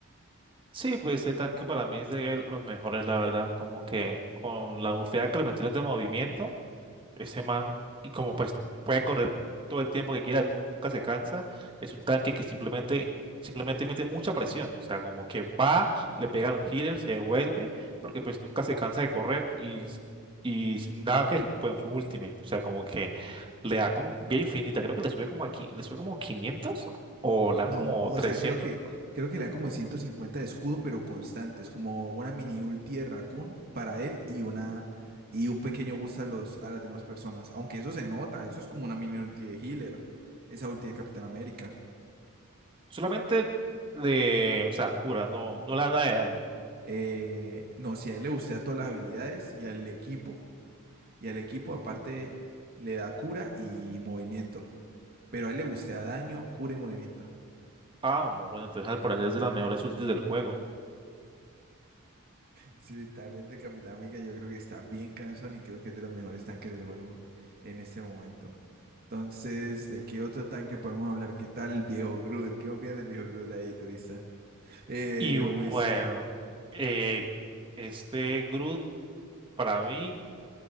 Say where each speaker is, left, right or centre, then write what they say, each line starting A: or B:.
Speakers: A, on the right; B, on the right.
A: Sí, pues ese tanque para mí es de los mejores, la verdad. Como que con la bufeada que le metieron de movimiento. Ese man, y como pues puede correr todo el tiempo que quiera, nunca se cansa. Es un tanque que simplemente, simplemente mete mucha presión. O sea, como que va, le pega a los healers, se devuelve, porque pues nunca se cansa de correr y, y sin nada que, bueno, su ultimate. O sea, como que le da como bien infinita. Creo que le sube como aquí, le sube como 500 o le da
B: No,
A: como
B: o
A: trescientos
B: sea, creo que, creo que le da como 150 de escudo, pero constantes, como una mini ulti de Raccoon para él y una y un pequeño boost a los, a las demás personas. Aunque eso se nota, eso es como una mini ulti de healer, esa ulti de Capitán América.
A: Solamente le, o sea, cura, no, no le da nada de daño.
B: Eh, no, si a él le gustea todas las habilidades y al equipo, y al equipo aparte le da cura y movimiento. Pero a él le gustea daño, cura y movimiento.
A: Ah, no, bueno, entonces al parecer es de las mejores ultis del juego.
B: Sí, literalmente Capitán América yo creo que está bien cansón y creo que es de los mejores tanques del juego en este momento. Entonces, ¿de qué otro tanque podemos hablar? ¿Qué tal el viejo Groot? ¿Qué opinas del viejo Groot ahí, turista? Eh,
A: Y
B: viejo
A: bueno,
B: Luis.
A: eh, este Groot para mí,